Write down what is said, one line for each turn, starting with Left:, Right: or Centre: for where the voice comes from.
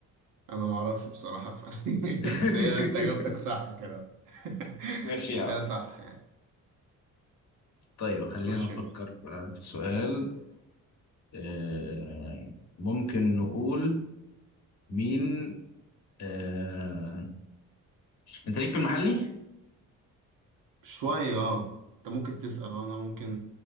Right: أنا ما أعرفش بصراحة ف... <laughs>
Left: <laughs>
Right: بس هي أنت إجابتك صح كده <laughs>
Left: ماشي يا
Right: بس
Left: عم
Right: هي صح يعني
Left: طيب خلينا
Right: خش
Left: نفكر
Right: أنت
Left: آه، في سؤال آه، ممكن نقول مين آه، انت ليك في المحلي؟
Right: شوية أه أنت ممكن تسأل أه، أنا ممكن